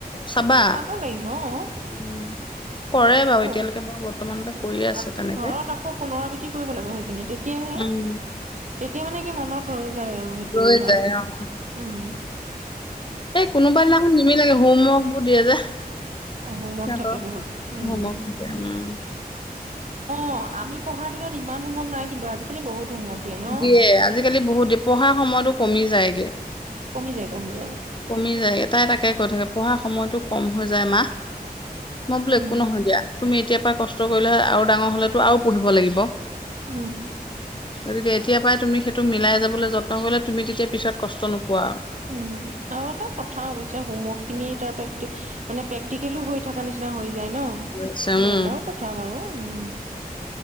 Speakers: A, on the left; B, on the right.
A: চাবা।
B: চাব লাগিব অ ঘৰত
A: উম, কৰে বাৰু এতিয়ালৈকে বাৰু বৰ্তমানতে কৰিয়ে আছে তেনেকে।
B: আকৌ পুনৰাবৃত্তি কৰিব লাগিব সেইখিনি তেতিয়াহে
A: উম,
B: তেতিয়া মানে কি মনত ৰৈছে যাই আৰু সেইটো
A: লৈ
B: কথা
A: যায় অ',
B: উম বে
A: এই কোনোবাই দিদিনাখন নিমিল লাগে হোমৱৰ্ক বু দিয়া যে
B: অ হোমত
A: সিহঁতৰ।
B: থাকে বহুত উম
A: হোমৱৰ্ক থাকে উম।
B: অ আমি পঢ়াৰ দিনত ইমান সময় নাই কিন্তু আজিকালি বহুত হোমৱৰ্ক ন
A: দিয়ে আজিকালি বহুত দ পঢ়াৰ সময়তো কমি যায়গে
B: কমি যায় কমি যায়
A: কমি যায়গে তাই তাকে কৈ থাকে পঢ়াৰ সময়তটো কম হৈ যায় মা মই বোলো
B: উম
A: একো নহয় দিয়া তুমি এতিয়া পৰা কষ্ট কৰিলেহে আৰু ডাঙৰ হলেো আৰু পুহিব লাগিব
B: উম
A: গতিকে এতিয় পৰাই তুমি সেইটো মিলাই যাবলৈ যত্ন কৰিলে তুমি তেতিয়া পিছত কষ্ট নোপোৱা আৰু
B: উম আৰু এটা কথা অৱশ্যে হোমৱৰ্ক খিনি তাৰ প্ৰে্ট মানে প্ৰেক্টিকেলো হৈ থাকে। কিবা নিচিনা হৈ যায় ন সেই
A: আছে, উম
B: এটাও কথা বাৰু উ